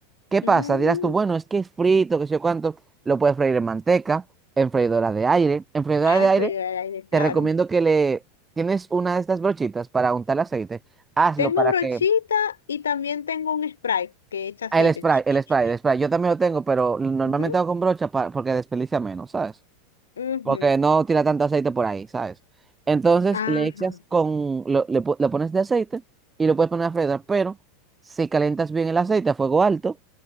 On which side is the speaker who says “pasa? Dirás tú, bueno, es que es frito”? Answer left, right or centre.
Right